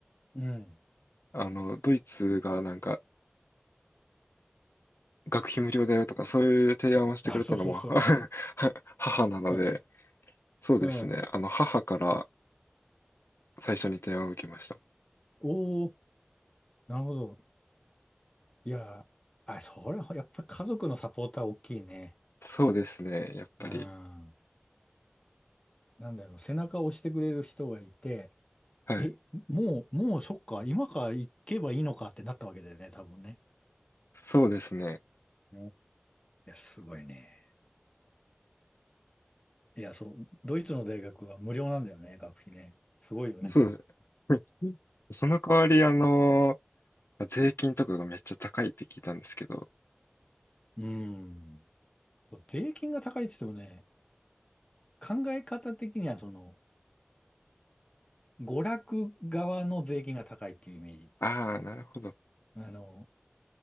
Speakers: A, on the left (about 25°); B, on the left (about 80°).
A: うん。
B: あの、ドイツがなんか学費無料だよとかそういう提案をしてくれたのも
A: あ、そうそうそ
B: <laughs> は母なので、
A: う。
B: そうですね。
A: <laughs> うん。
B: あの、母から最初に提案を受けました。
A: おー、なるほど。いや、あ、それはやっぱり家族のサポーター大きいね。
B: そうですね。やっぱり。
A: うん。なんだろう、背中を押してくれる人がいて、
B: はい。
A: え、もう、もうそっか、今から行けばいいのかってなったわけだよね、多分ね。
B: そうですね。
A: うんいや、すごいね。いや、そう、ドイツの大学は無料なんだよね、学費ね。すごいよね。
B: そう。<laughs> その代わり、あの、税金とかがめっちゃ高いって聞いたんですけど、
A: うん。税金が高いって言ってもね、考え方的には、その、娯楽側の税金が高いっていうイメージ。
B: ああ、なるほど。
A: あの、